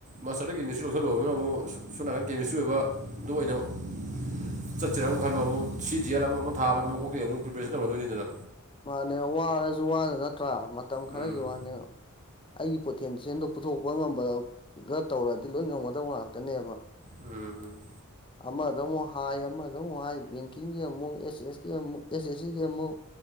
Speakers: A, on the right; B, on the left.
A: ꯃꯥꯁꯇꯔꯗ ꯀꯦꯃꯤꯁꯇ꯭ꯔꯤ ꯂꯧꯁꯤꯜꯂꯨꯔꯒꯥ ꯑꯃꯨꯛ ꯁꯣꯝ ꯅꯥꯀꯟ ꯀꯦꯃꯤꯁꯇ꯭ꯔꯤ ꯑꯣꯏꯕ <unintelligible> ꯑꯗꯨ ꯑꯣꯏꯅ <unintelligible> ꯆꯠꯁꯔ ꯑꯃꯨꯛ ꯈꯟꯕ ꯑꯃꯨꯛ ꯁꯤ ꯖꯤꯋꯜ ꯑꯃ ꯑꯃ ꯊꯕꯅꯤ ꯃꯀꯣꯛꯇꯩ ꯑꯃꯨꯛ ꯄ꯭ꯔꯤꯄꯦꯁꯟ ꯇꯧꯅꯥꯗꯣꯏꯅꯤꯗꯅ
B: ꯃꯥꯅꯦ ꯋꯥꯔꯁꯨ ꯋꯥꯅ ꯅꯠꯇ꯭ꯔꯥ ꯃꯇꯝ ꯈꯔꯒꯤ
A: ꯎꯝ
B: ꯋꯥꯅꯦ ꯑꯩꯒꯤ ꯄꯣꯊꯦꯟꯁꯤꯋꯜꯗꯣ ꯄꯨꯊꯣꯛꯄ ꯉꯝꯕꯒ ꯇꯧꯔꯗꯤ ꯂꯣꯏ ꯉꯝꯒꯗꯕ ꯉꯥꯛꯇꯅꯦꯕ
A: ꯎꯝ ꯎꯝ
B: <inaudible> ꯑꯃꯗ ꯑꯃꯨꯛ ꯍꯥꯏ ꯑꯃꯗ ꯑꯃꯨꯛ ꯍꯥꯏ ꯕꯦꯡꯀꯤꯡꯒꯤ ꯑꯃꯨꯛ ꯑꯦꯁ ꯑꯦ ꯑꯦꯁꯀꯤ ꯑꯃꯨꯛ ꯑꯦꯁ ꯑꯦꯁ ꯁꯤꯒꯤ ꯑꯃꯨꯛ